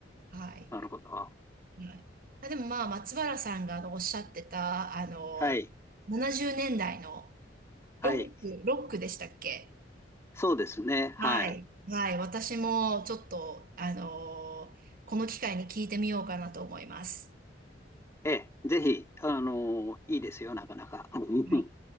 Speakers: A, on the right; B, on the left.
A: はい。
B: なるほど。
A: はい。あ、でもまあ、松原さんがあのおっしゃってた、あの、
B: はい。
A: 70年代のロック、
B: はい。
A: ロックでしたっけ
B: そうですね。はい。
A: はい。はい。私もちょっと、あのーこの機会に聞いてみようかなと思います。
B: ええ、ぜひ、あの、いいですよ、なかなか。<laughs>
A: はい